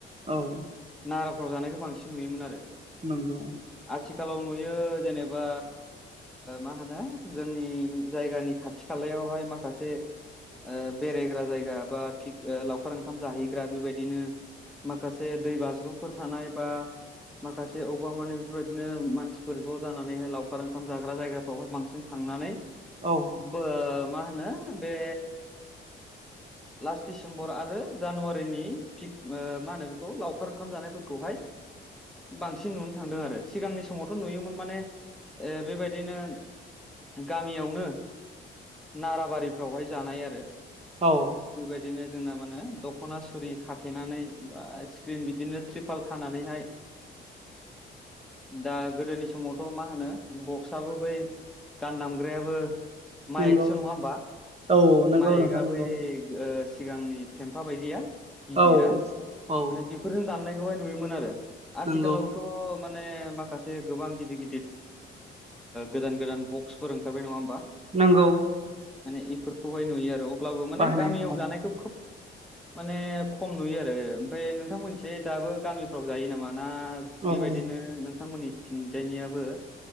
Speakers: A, on the right; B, in the centre.
A: औ
B: नाराफ्राव जानायखौ बांसिन नुयोमोन आरो
A: नंगौ
B: आथिखालाव नुयो जेनेबा मा होनो जोंनि जायगानि खाथि खालायावहाय माखासे ओ बेरायग्रा जायगा बाि लावखार ओंखाम जाहैग्रा बेबायदिनो माखासे दै बाज्रुमफोर थानाय बा माखासे बबेबा माने बेफोरबायदिनो मानसिफोर ज' जानानैहाय लावखार ओंखाम जाग्रा जायगाफ्रावहाय बांसिन थांनानै
A: औ।
B: बो मा होनो बे फार्स्ट दिसेम्बर आरो जानुवारिनि थिग मा होनो बेखौ लावखार ओंखाम जानायफोरखौहाय बांसिन नुनो थांदों आरो सिगांनि समावथ' नुयोमोन माने ओ बेबायदिनो गामियावनो नाराबारिफ्रावहाय जानाय आरो।
A: औ
B: बेबायदिनो जोंना माने दख'ना सुरि खाथेनानै बा स्क्रिन बिदिनो ट्रिपाल खानानैहाय दा गोदोनि समावथ' मा होनो बक्सआबो बै गान दामग्रायाबो माइकसो
A: नंगौ
B: नङा होमबा
A: औ नंगौ
B: माइकआ
A: नोंथां नंगौ
B: बै सिगांनि फेम्फा बायदिया गिदिरा
A: औ औ
B: माने बेफोरजों दाननायखौहाय नुयोमोन आरो आथिखालावथ'
A: नंगौ
B: माने गोबां गिद गिद गोदान गो बक्फोर ओंखारबाय नङा होमबा।
A: नोंगौ।
B: माने इफोरखौहाय नुयो आरो अब्लाबो माने
A: बाहायनाय
B: गामियाव
A: औ
B: जानायखौ खुब माने खम नुयो आरो ओमफाय नोंथांमोनिथि दाबो गामिफ्राव जायो नामा। ना बेबायदिनो
A: औ
B: नोंथांमोननिथिंजायनियाबो